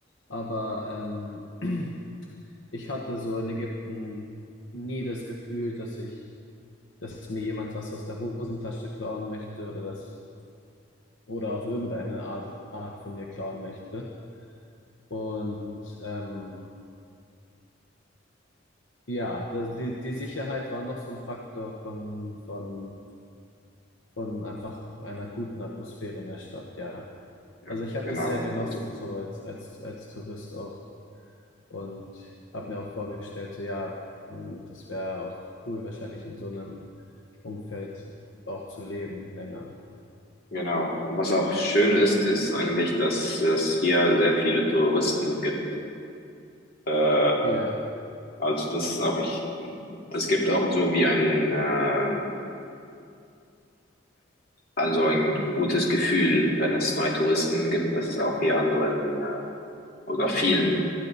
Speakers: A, on the left (about 70°); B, on the left (about 50°).
A: Aber ähm, <clears throat> ich hatte so in Ägypten nie das Gefühl, dass ich, dass mir jemand was aus der Hosentasche klauen möchte oder das oder auf irgendeine Ar- Art von mir klauen möchte. Und ähm, ja, das, die, die Sicherheit war noch so ein Faktor von, von, von einfach einer guten Atmosphäre in der Stadt, ja.
B: Ja,
A: Also ich habe
B: genau.
A: das sehr genossen,
B: Also,
A: so als, als, als Tourist auch. Und habe mir auch vorgestellt, so ja, mh, das wäre auch cool, wahrscheinlich in so einem Umfeld auch zu leben länger.
B: genau. Und was auch schön ist, ist eigentlich, dass es hier sehr viele Touristen gibt. Äh,
A: Ja,
B: also das ist auch echt Es gibt auch so wie ein, ähm, also ein gutes Gefühl, wenn es neue Touristen gibt, dass es auch hier anderen äh, oder vielen